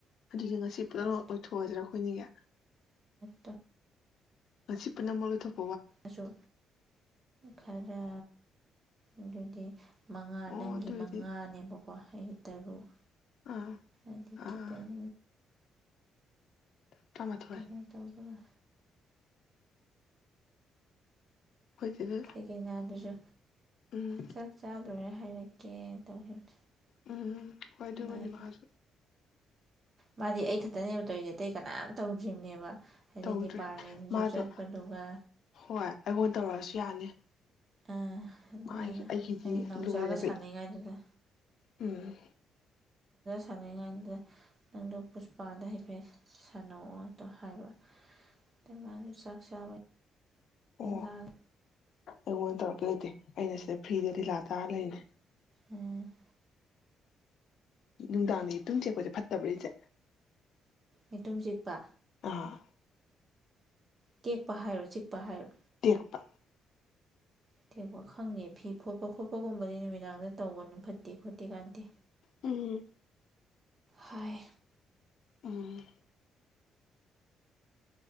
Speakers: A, on the left; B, on the right.
A: ꯑꯗꯨꯗꯤ ꯉꯁꯤ ꯄꯨꯂꯃꯛ
B: ꯀꯩꯅꯣ
A: ꯂꯣꯏꯊꯣꯛꯑꯁꯤꯔꯥ ꯑꯩꯈꯣꯏꯅꯤꯒꯤ
B: ꯠꯇ
A: ꯉꯁꯤ ꯄꯨꯟꯅ ꯑꯃꯣꯂ ꯊꯣꯛ
B: ꯑꯁꯨ ꯈꯔ ꯑꯗꯨꯗꯤ ꯃꯉꯥ
A: ꯑꯣ
B: ꯅꯪꯒꯤ
A: ꯑꯗꯨꯑꯣꯏꯗꯤ
B: ꯃꯉꯥꯅꯦꯕ ꯋꯥꯍꯩ ꯇꯔꯨꯛ
A: ꯑꯥ
B: ꯑꯗꯨꯈꯤꯇꯪ
A: ꯑꯥ ꯇꯔꯥꯃꯥꯊꯣꯏ
B: ꯀꯩꯅꯣ ꯇꯧꯕꯔ
A: ꯑꯩꯈꯣꯏꯁꯤꯗ
B: ꯁꯤꯒꯤꯅ ꯑꯗꯨꯁꯨ
A: ꯎꯝ
B: ꯆꯥꯛ ꯆꯥ ꯂꯣꯏꯔ ꯍꯥꯏꯔꯛꯀꯦ ꯇꯧꯈꯤꯕ
A: ꯎꯝ ꯍꯣꯏ ꯑꯗꯨꯕꯨꯗꯤ
B: ꯃꯥꯒꯤ
A: ꯃꯥꯁꯨ
B: ꯃꯥꯗꯤ ꯑꯩ ꯈꯛꯇꯅꯦꯕ ꯇꯧꯔꯤꯁꯦ ꯑꯇꯩ ꯀꯅꯥꯝ ꯇꯧꯗ꯭ꯔꯤꯕꯅꯦꯕ ꯍꯥꯏꯗꯤ
A: ꯇꯧꯗ꯭ꯔꯤ
B: ꯗꯤꯄꯥꯔꯠꯃꯦꯟꯁꯨ
A: ꯃꯥꯗꯣ
B: ꯆꯠꯄꯗꯨꯒ
A: ꯍꯣꯏ ꯑꯩꯉꯣꯟ ꯇꯧꯔꯛꯑꯁꯨ ꯌꯥꯅꯤ
B: ꯑꯥ ꯑꯗꯨꯃꯥꯏꯅ
A: ꯃꯥ ꯑꯩꯒꯤꯗꯤ
B: ꯑꯩꯅ ꯅꯥꯎꯆꯥꯒ
A: ꯂꯣꯏꯔꯦꯕ
B: ꯁꯥꯟꯅꯩꯉꯥꯏꯗꯨꯗ
A: ꯎꯝ
B: ꯁꯥꯟꯅꯔꯤꯉꯥꯏꯗꯨꯗ ꯅꯪꯗꯣ ꯄꯨꯁꯄꯥꯗ ꯍꯥꯏꯐꯦꯠ ꯁꯥꯅꯧꯅ ꯍꯥꯏꯕ ꯑꯗꯨꯗꯩ ꯃꯥꯁꯨ ꯆꯥꯛ ꯆꯥꯕ
A: ꯑꯣ
B: ꯂꯥꯡ
A: ꯑꯩꯉꯣꯟꯗ ꯇꯧꯔꯛꯀꯦ ꯂꯩꯇꯦ ꯑꯩꯅ ꯁꯤꯗ ꯐ꯭ꯔꯤꯗ ꯂꯤꯂꯥ ꯇꯥꯔ ꯂꯩꯅꯤ
B: ꯎꯝ
A: ꯅꯨꯡꯗꯥꯡꯗꯒꯤ ꯇꯨꯡꯁꯦ ꯑꯩꯈꯣꯏꯁꯦ ꯐꯠꯇꯕꯔꯤꯁꯦ
B: ꯌꯦꯇꯨꯝ ꯆꯤꯛꯄ
A: ꯑꯥ
B: ꯇꯦꯛꯄ ꯍꯥꯏꯔꯣ ꯆꯤꯛꯄ ꯍꯥꯏꯔꯣ
A: ꯇꯦꯛꯄ
B: ꯇꯦꯛꯄ ꯈꯪꯗꯦ ꯐꯤ ꯐꯣꯠꯄ ꯈꯣꯠꯄꯒꯨꯝꯕꯗꯤ ꯅꯨꯃꯤꯗꯥꯡꯗ ꯇꯧꯒꯅꯨ ꯐꯠꯇꯦ ꯈꯣꯠꯇꯦ ꯀꯥꯟꯇꯦ
A: ꯎꯝ
B: ꯍꯥꯏ
A: ꯎꯝ